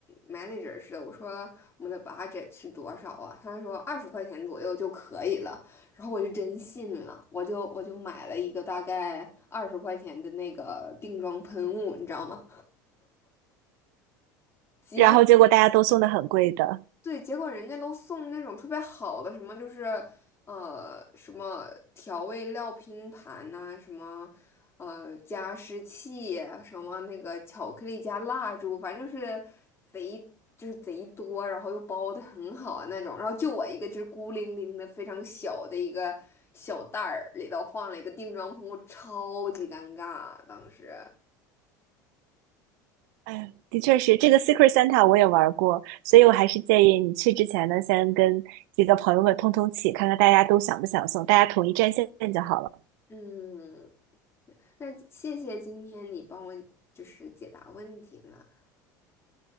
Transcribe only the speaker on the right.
然后结果大家都送的很贵的，
哎，的确是这个 Secret Santa 我也玩过，所以我还是建议你去之前呢，先跟几个朋友们通通气，看看大家都想不想送，大家统一战线就好了。